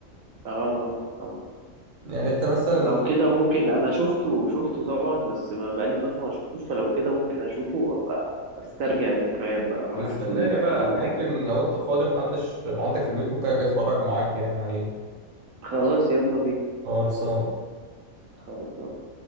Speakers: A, on the right; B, on the right.
A: اه طبعا طبعا
B: يعني انت مثلا
A: لو
B: لو
A: كده ممكن انا شفته شفته طبعا بس ما بقالي فترة ما شفتوش فلو كده ممكن اشوفه وابقى استرجع الذكريات بقى اروح
B: بتستناني
A: اشوفه دلوقتي
B: بقى
A: ولا
B: ممكن
A: حاجة
B: لو انت فاضي محدش ما عندك في البيت ممكن اجي اتفرج معاك يعني عليه
A: خلاص يلا بينا
B: خالص
A: خلاص